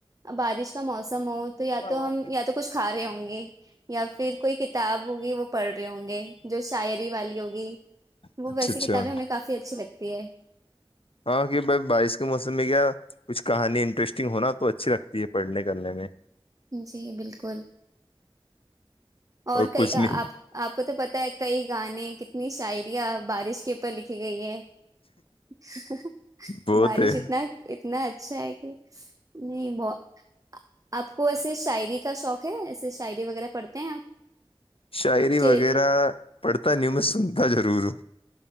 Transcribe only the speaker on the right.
بارش کا موسم ہو تو یا تو
ہم یا تو کچھ کھا رہے ہوں گے ایک <unintelligible> یا پھر کوئی کتاب ہوگی وہ پڑھ رہے ہوں گے جو شاعری والی ہوگی
وہ ویسی
کتابیں ہمیں کافی اچھی لگتی ت ہے
جی بالکل اور کئی
آپ آپ کو تو پتا ہے کئی گانے کتنی شاعرییاں بارش <inaudible> کے پر لکھی گئی ہے <unintelligible>
بارش
اتنا اتنا اچھا ہے کہ نہیں ب آپ کو ایسے شاعری کا شوق <inaudible> ایسے شاعری وغیرہ پڑتے ہیں آپ
شعر